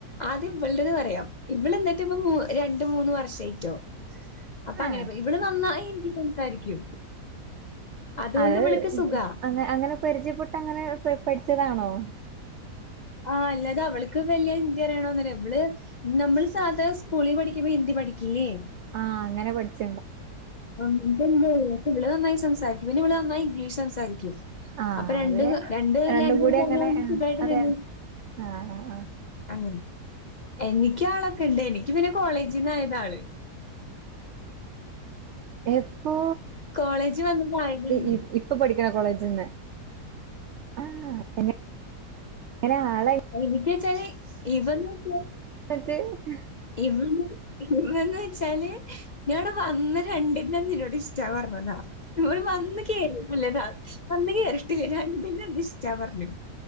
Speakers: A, on the left (about 60°); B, on the right (about 75°).
A: ആദ്യം ഇവളടേത് പറയാം ഇവള് എന്നിട്ട് ഇപ്പം രണ്ട് മൂന്ന് വർഷായിട്ടോ അപ്പൊ അങ്ങനെ
B: ആഹ്
A: ഇവള് നന്നായി ഹിന്ദി സംസാരിക്കും അതുകൊണ്ട്
B: അത്
A: ഇവൾക്ക് സുഖാ
B: അ അങ്ങനെ പരിചയപ്പെട്ട് അങ്ങനെ പഠിച്ചതാണോ.
A: ആഹ് അല്ലാതെ അവള്ക്ക് വല്യ ഹിന്ദി അറിയണന്നല്ല ഇവള് നമ്മള് സാദാ സ്കൂളിൽ പഠിക്കുമ്പോ ഹിന്ദി പഠിക്കില്ലേ
B: ആഹ് അങ്ങനെ പഠിച്ച്
A: ആ ഇവള് നന്നായി സംസാരിക്കും പിന്നെ ഇവിള് നന്നായി ഇംഗ്ലീഷ് സംസാരിക്കും
B: ആഹ്
A: അപ്പൊ രണ്ട്
B: അത്
A: രണ്ട്
B: രണ്ടും
A: ലങ്കേജ്
B: കൂടി
A: പറഞ്ഞാൽ
B: അങ്ങനെ ആഹ്
A: സുഖായിട്ട്
B: അതെ
A: നിന്നു.
B: ആഹ് ആഹ് ആഹ്
A: അങ്ങനെ എനിക്കാളൊക്കെ ഇണ്ട് എനിക്ക് പിന്നെ കോളേജിൽന്നായത ആള്
B: എപ്പോ?
A: കോളേജ് വന്നതായതാണ്.
B: ഇ ഇ പടിക്കണ കോളേജിന്ന് ആ <unintelligible>
A: എനക്ക് വച്ചാല് ഇവന്ന് ക്ക.
B: <unintelligible> ആഹ്.
A: <unintelligible> ഇന്നന്നോയ്ച്ചാല് ഞടെ വന്ന് രണ്ടിൻ്റന്നിന്നോട് ഇഷ്ടാ പർഞ്ഞതാ. ഇവടെ വന്ന് കേറിട്ടില്ലേതാ വന്ന് കേറിട്ടില്ല രണ്ടിന്റന്ന് ഇഷ്ടാ പറഞ്ഞു